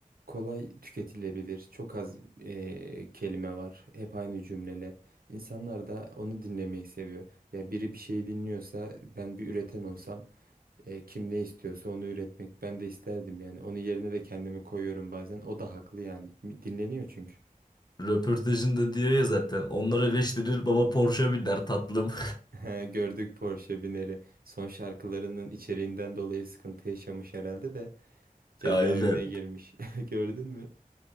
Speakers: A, on the right; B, on the left.
A: kolay tüketilebilir. Çok az e, kelime var. Hep aynı cümleler. İnsanlar da onu dinlemeyi seviyor. Ya biri bir şey dinliyorsa ben bir üreten olsam e, kim ne istiyorsa onu üretmek ben de isterdim yani. Onun yerine de kendimi koyuyorum bazen. O da haklı yani. Dinleniyor çünkü.
B: Röportajında diyor ya zaten. Onları eleştirir baba Porsche biner tatlım.
A: <laughs> He, Gördük Porsche bineri. Son şarkılarının içeriğinden dolayı sıkıntı yaşamış herhalde de cezaevine
B: <laughs> Aynen.
A: girmiş. <laughs> Gördün mü?